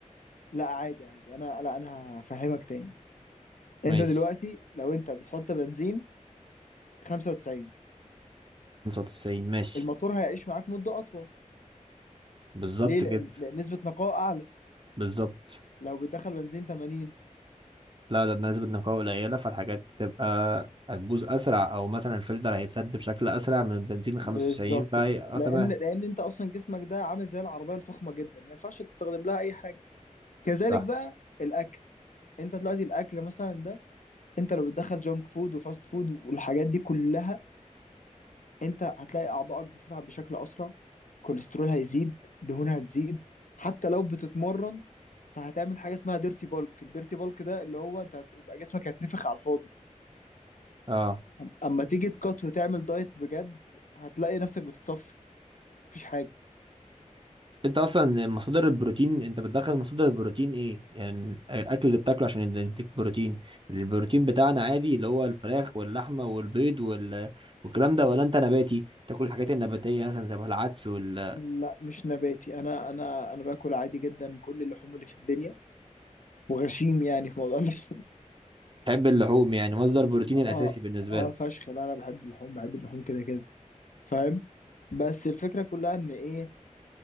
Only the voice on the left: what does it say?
لا عادي عادي انا لا انا هفهمك تاني
انت دلوقتي لو انت بتحط بنزين 95
الموتور هيعيش معاك مدة اطول
ليه لان,
لأن نسبة نقاء اعلى
لو بتدخل بنزين 80
بالظبط
كده
لان
لان انت اصلا جسمك ده عامل زي العربية الفخمة جدا ما ينفعش تستخدم لها اي حاجة كذلك
بقى الاكل انت دلوقتي الاكل مثلا ده انت لو بتدخل جونك فود وفاست فود والحاجات دي كلها انت هتلاقي اعضائك بتتعب بشكل اسرع كوليسترول هيزيد دهون هتزيد حتى لو بتتمرن فهتعمل حاجه اسمها ديرتي بالك الديرتي بالك ده اللي هو انت هتبقى جسمك هيتنفخ على الفاضي
أم- اما تيجي تكات وتعمل دايت بجد هتلاقي نفسك بتتصفى مفيش حاجه
لا مش نباتي انا انا انا باكل عادي جدا كل اللحوم اللي في الدنيا وغشيم يعني في موضوع اللحوم
<laughs>
اه
اه
فشخ لا انا بحب اللحوم بحب اللحوم كده كده فاهم بس الفكره كلها ان ايه